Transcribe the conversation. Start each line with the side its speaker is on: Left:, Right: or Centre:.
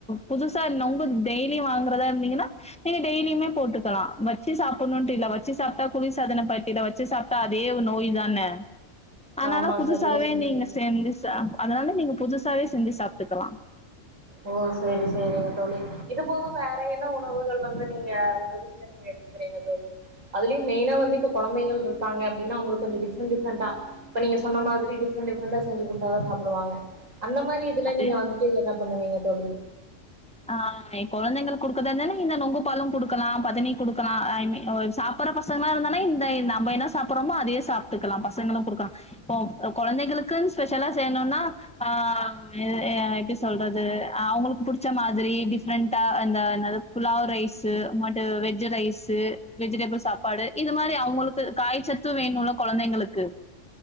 Centre: புதுசா நொங்கு டெய்லியு வாங்கறதா இருந்தீங்கன்னா நீங்க டெய்லியுமே போட்டுக்கலா வச்சி சாப்புண்ணுட்டு இல்ல வச்சி சாப்ட்டா குளிர்சாதன ப இத வச்சு சாப்ட்டா அதே நோய் தான அதனால
Right: ஆமா
Centre: புதுசாவே
Right: சரியா சொன்னீங்க
Centre: நீங்க செச்சி சாப் அதனால நீங்க புதுசாவே செஞ்சி சாப்ட்டுக்கலா
Right: ஓ சேரி சேரிங்க தோழி இது போக வேற என்ன உணவுகள் வந்து நீங்க உங்க வீட்டுல நீங்க எடுத்துக்கறீங்க தோழி அதுலயு மெயின்னா வந்து இப்ப கொழந்தைகள் இருக்கா அப்டின்ன அவங்களுக்கு கொஞ்சோ டிஃரெண்ட் டிஃப்ரெண்ட்டா இப்ப நீங்க சொன்ன மாதிரி டிப்ரெண்டா டிஃரெண்டா செஞ்சு குடுத்தாதா சாப்புடுவாங்க அந்த மாரி இதுல
Centre: அது
Right: நீங்க வந்துட்டு என்ன பண்ணுவீங்க தோழி
Centre: ஆ எ கொழந்தைங்களுக்கு குடுக்கறதா இருந்தாலு இந்த நொங்கு பழோ குடுக்கலா பதனி குடுக்கலா ஐ மி அவளுக்கு சா ப்பர பசங்களா இருந்தானே இந்த நம்ப என்ன சாப்பற்றோமோ அதே சாப்ட்டுக்கலா பசங்களு குடுக்கா இப்போ கொழந்தைகளுக்கு ஸ்பெஷலா செய்யணுன்னா ஆ வ் ஆ எப்டி சொல்றது அவுங்களுக்கு புடி ச்ச மாதிரி டிஃப்ரெண்டா அந்த என்னாது pulao rice <unintelligible> veg rice vegetable சாப்பாடு இது மாரி அவுங்களுக்கு காயி சத்து வேணுல்ல கொந்தைங்களுக்கு